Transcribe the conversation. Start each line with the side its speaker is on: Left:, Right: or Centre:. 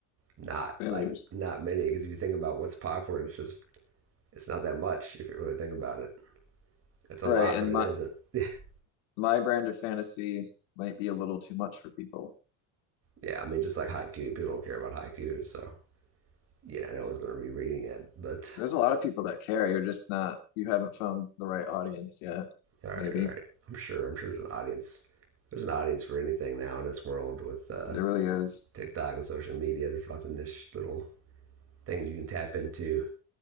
Right: not
Left: Failures.
Right: like not many. Because if you think about what's popular, it's just it's not that much if you really think about it. It's a
Left: Right,
Right: lot,
Left: and
Right: but it
Left: my
Right: isn't. <laughs>
Left: my brand of fantasy might be a little too much for people.
Right: yeah, I mean, just like haiku, people don't care about haiku, so yeah, no one's going to be reading it. But
Left: There's a lot of people that care. You're just not. You haven't found the right audience yet.
Right: all right,
Left: Maybe
Right: all right, I'm sure. I'm sure there's an audience. There's an audience for anything now in this world with uh,
Left: there really is.
Right: TikTok and social media. There's lots of niche little things you can tap into,